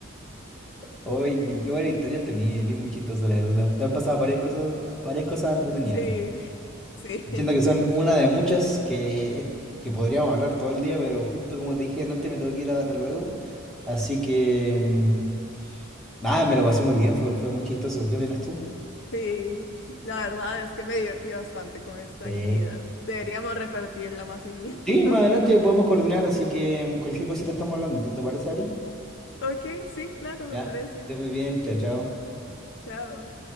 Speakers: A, in the centre; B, on the left.
A: Oye, qué qué buena historia tenía, eres muy chistoso, la verdad. Te han pasado varias cosas, varias cosas entretenidas.
B: Sí, <laughs> sí,
A: Siento que son una de muchas que, es- que podríamos hablar todo el día, pero justo como te dije antes, me tengo que ir ahora luego. Así que, mm, nada, me lo pasé muy bien, fue, fue muy chistoso. ¿Qué opinas tú?
B: sí. La verdad es que me divertí bastante con esta
A: Sí,
B: actividad. Deberíamos repetirla más seguido.
A: Sí,
B: <laughs>
A: más adelante podemos coordinar, así que mm, cualquier cosita estamos hablando. ¿Te parece, Ari?
B: Ok, sí, claro, me
A: Ya,
B: parece.
A: esté muy bien, chao, chao.
B: Chao.